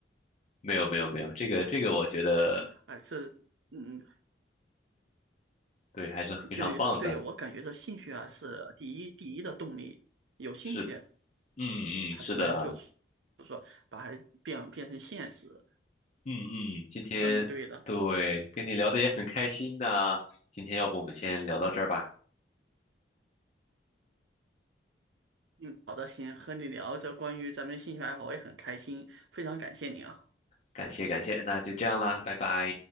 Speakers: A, on the left; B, on the right.
A: 没有没有没有，这个这个我觉得
B: 哎，这嗯，
A: 对，还是非常棒的。
B: 就对我感觉这兴趣啊是第一第一的动力，有兴趣
A: 是，嗯嗯，
B: 他才能就是
A: 是的，
B: 说把它变变成现实。
A: 嗯嗯，今天对跟你聊的也很开心那今天要不我们先聊到这儿吧，
B: 嗯，对的，嗯，好的，行，和你聊这关于咱们兴趣爱好，我也很开心，非常感谢你啊。
A: 感谢感谢，那就这样啦，拜拜。